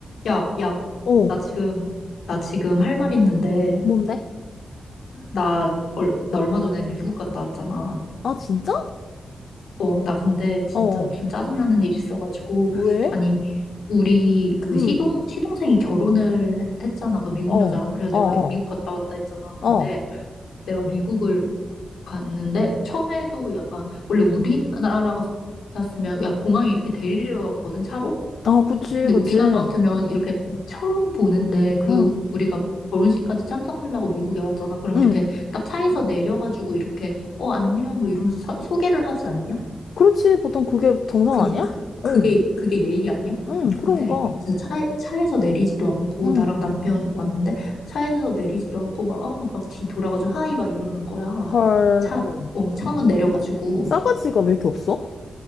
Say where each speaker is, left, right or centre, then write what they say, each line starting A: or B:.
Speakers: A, on the left; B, on the left.
A: 야, 야,
B: 어,
A: 나 지금, 나 지금 할 말 있는데,
B: 뭔데?
A: 나, 얼, 나 얼마 전에 미국 갔다 왔잖아.
B: 아, 진짜?
A: 어, 나 근데 진짜
B: 어, 어.
A: 좀 짜증나는 일이 있어가지고,
B: 왜?
A: 아니, 우리 그
B: 응,
A: 시동, 시동생이 결혼을 했, 했잖아. 그 미국
B: 어,
A: 여자랑. 그래서
B: 어,
A: 내가
B: 어,
A: 미국 갔다 왔다 했잖아.
B: 어.
A: 근데 내가 미국을 갔는데, 처음에도 약간, 원래 우리나라 갔으면, 야, 공항에 이렇게 데리러 왔거든, 차로?
B: 아, 그치,
A: 근데
B: 그치.
A: 우리나라 같으면 이렇게 처음 보는데, 그리고
B: 응,
A: 우리가 결혼식까지 참석하려고 미국에 왔잖아. 그럼
B: 응.
A: 이렇게 딱 차에서 내려가지고 이렇게, 어, 안녕, 뭐 이러면서 사- 소개를 하지 않냐?
B: 그렇지, 보통 그게 정상
A: 그,
B: 아니야?
A: 그, 그게,
B: 어,
A: 그게 예의 아니야?
B: 응,
A: 근데
B: 그러니까.
A: 진짜 차에, 차에서 내리지도 않고,
B: 응.
A: 나랑 남편 왔는데, 차에서 내리지도 않고, 막, 어, 막 뒤 돌아가지고, 하이, 막 이러는 거야.
B: 헐,
A: 차,
B: 어.
A: 어, 창문 내려가지고.
B: 싸가지가 왜 이렇게 없어?